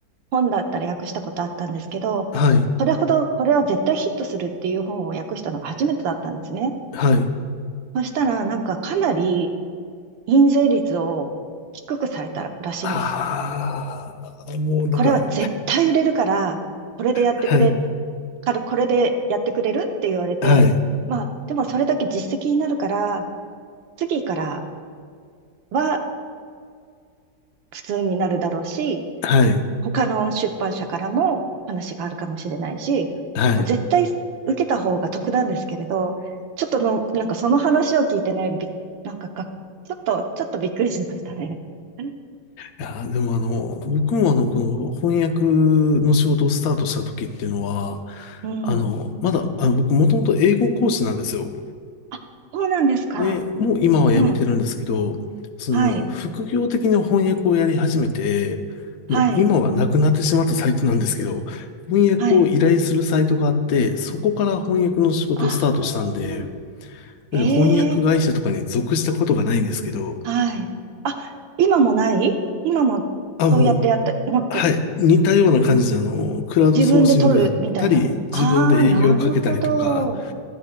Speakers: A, on the right; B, on the left.
A: 本だったら訳したことあったんですけど、
B: はい。
A: それほどこれは絶対ヒットするっていう本を訳したのが初めてだったんですね。
B: はい。
A: そしたらなんかかなり印税率を低くされたらしいんです。
B: ああ、もうなんか、
A: これは絶対売れるから、これでやってくれ、
B: はい、
A: からこれでやってくれるって言われて、
B: はい、
A: まあでもそれだけ実績になるから、次からは普通になるだろうし、
B: はい、
A: 他の出版社からも話があるかもしれないし、
B: はい。
A: もう絶対受けた方が得なんですけれど、
B: い
A: ちょっとの、なんかその話を聞いてね、び、なんかが、ちょっと、ちょっとびっくりしましたね。<laughs>
B: や、でもあの、僕もあの、この翻訳の仕事をスタートした時っていうのは、
A: うん。
B: あの、まだ、あの、僕もともと英語講師なんですよ。
A: あ、そうなんですか。
B: で、もう今は辞めてるんですけど、
A: うん。
B: その、
A: はい。
B: 副業的な翻訳をやり始めて、
A: はい。
B: もう今はなくなってしまったサイトなんですけど、翻訳を依頼するサイトがあって、
A: はい。
B: そこから翻訳の仕事をスタートしたんで、
A: あ
B: なんで翻訳会社とかに属したことがないんですけど、
A: あ、ええはい。あ、今もない今もそうやってやって、
B: あ、もう
A: 持って、
B: はい、似たような感じで、あの、クラウドソーシングやったり、
A: 自分で取るみたいな。
B: 自分で営業をかけたりとか、
A: ああ、なるほど。